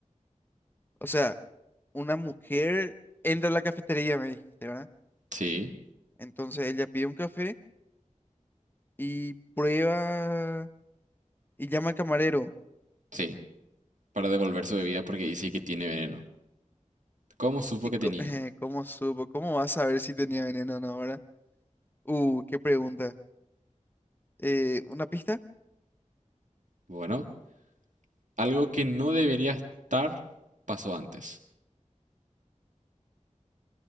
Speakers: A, on the left; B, on the right.
A: O sea, una mujer entra a la cafetería, me dijiste, ¿verdad?
B: Sí,
A: Entonces ella pide un café y prueba y llama al camarero.
B: sí, para devolver su bebida porque dice que tiene veneno. ¿Cómo supo
A: ¿Y
B: que
A: co-
B: tenía?
A: <laughs> eh, cómo supo? ¿Cómo va a saber si tenía veneno o no, verdad? Uh, qué pregunta. Eh, ¿una pista?
B: Bueno, algo que no debería estar pasó antes.